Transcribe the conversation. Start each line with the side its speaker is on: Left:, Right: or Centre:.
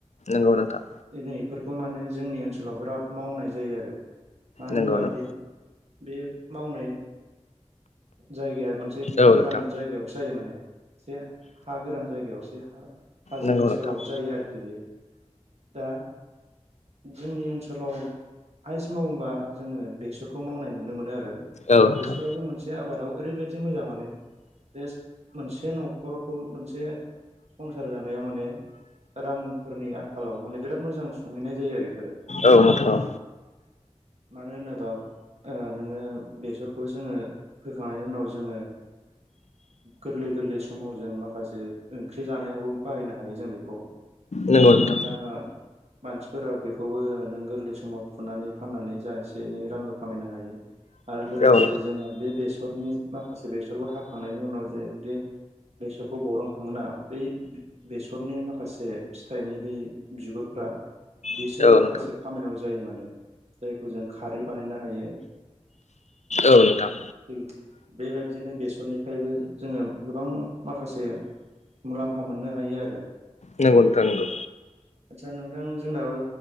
Left: नंगौ नोंथां।
Right: दिनै इफोरखौ माने जोंनि ओनसोलाव बिराद मावनाय जायो आरो मानो
Left: नंगौ
Right: होनबा
Left: नों
Right: बे बे मावनाय जायगाया मोनसे
Left: औ
Right: गोरान
Left: नोंथां
Right: जायगायाव जायो माने से हा गोरान जायगायावसे हा-हाजो
Left: नंगौ
Right: ओनसोलाव
Left: नोंथां
Right: जायो आरोखि बे दा जोंनि ओनसोलाव हायेस मावो होनबा जोङो बेसरखौ मावनाय नुनो मोनो आरो
Left: औ नोंथां
Right: बेसराबो मोनसे आबादाव ओरैबायदि मोजां मोने बेस मोनसे न'ख खरखौ मोनसे संसार जानायाव माने रांफोरनि आंखालाव माने बिराद मोजां सुंहैनाय जायो आरो इफोरो।
Left: औ नोंथां औ।
Right: मानो होनोबा ओ नोङो बेसरखौ जोङो फोखांनायनि उनाव जोङो गोरलै गोरलैस समाव जों माखासे ओंख्रि जानायावबो बाहायनो हायो जों बेखौ
Left: नंगौ नोंथां
Right: मानोना मानसिफोरा बेखौबो नों गोरलै समाव फुनानै फाननानै जा एसे एनै रांबो खामायनो हायो। आरो लोगोसे
Left: औ नोंथां औ
Right: जोंङो बे बेसरनि माखासे बेसरखो हाखांनायनि उनाव जे बे बेसरखौ बरनखांना बै बेसरनि माखासे फिथाइनि बै बिगुरफ्रा बिसोर
Left: नोंथां
Right: माखासे खामानियाव जायो माने जायखौ जों खारै बानायनो हायो।
Left: औ नोंथां।
Right: <unintelligible> बेबायदिनो बेसरनिफायबो जोङो गोबां माखासे मुलाम्फा मोननो हायो आरो।
Left: नोंगौ नोथां नोंगौ।
Right: आदसा नोंथां जोंनाबो